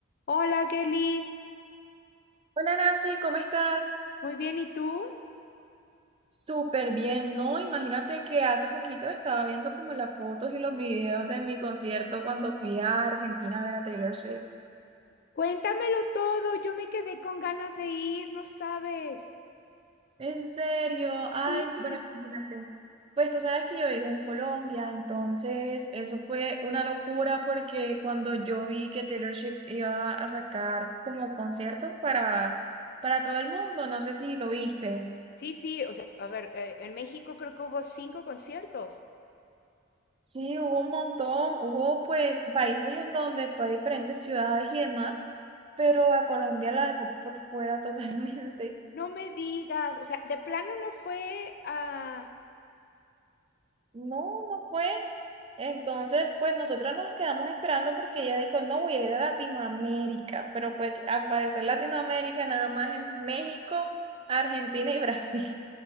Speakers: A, on the left (about 50°); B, on the right (about 25°).
A: Hola, Kelly.
B: Hola Nancy, ¿cómo estás?
A: Muy bien, ¿y tú?
B: Súper bien, ¿no? Imagínate que hace poquito estaba viendo como las fotos y los videos de mi concierto cuando fui a Argentina a ver a Taylor Swift.
A: Cuéntamelo todo. Yo me quedé con ganas de ir, no sabes.
B: En serio, ay,
A: Sí.
B: bueno, imagínate. Pues tú sabes que yo vivo en Colombia, entonces eso fue una locura porque cuando yo vi que Taylor Swift iba a sacar como conciertos para, para todo el mundo, no sé si lo viste.
A: Sí, sí, o sea, a ver, eh, en México creo que hubo cinco conciertos.
B: Sí, hubo un montón, hubo pues países en donde fue a diferentes ciudades y demás, pero a Colombia la dejó por fuera <laughs> totalmente.
A: No me digas, o sea, de plano no fue a...
B: No, no fue. Entonces, pues nosotros nos quedamos esperando porque ella dijo, no, voy a ir a Latinoamérica, pero pues al parecer Latinoamérica nada más en México, Argentina y <laughs> Brasil.